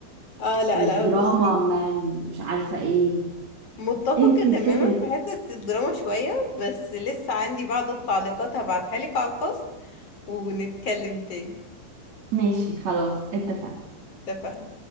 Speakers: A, on the left (about 35°); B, on the right (about 40°).
A: اه لا
B: مش
A: لا
B: دراما
A: بصي
B: مان مش عارفه ايه
A: متفقة
B: انت الفكره
A: تماما في حتة الدراما شوية بس لسه عندي بعض التعليقات هبعتها لك على الخاص ونتكلم تاني
B: ماشي خلاص اتفقنا
A: اتفقنا